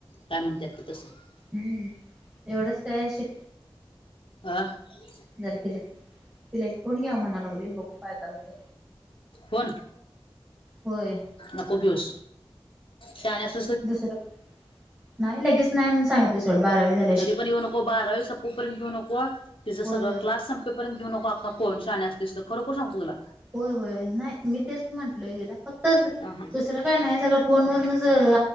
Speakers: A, on the left; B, on the right.
A: काय म्हणतात की तसं
B: हम्मं एवढंच कायं शिक
A: हां आं
B: जरं किला एक फोण घ्यां म्हणांलागले बघूं कायं कायं हो ते
A: हो नां
B: होय
A: नको घेऊंस शण्यांस
B: दुसरं नाहीं लगेचं नाहीं सांगितलं सोडं बारावी झाली की
A: तरी पणं येऊं नको बारावी सपोपर्यंत येऊं नको तिचं
B: होय
A: सगळं
B: होय
A: क्लास र्यंतेऊ नकोखा पईंटण्यांस खरोखर सगतो तुलां
B: होयं होयं नाहीं मी तेचं म्हंटलय तिलां फक्तं
A: अहं
B: कायं नाहीं सगं फोन व वरूंनचं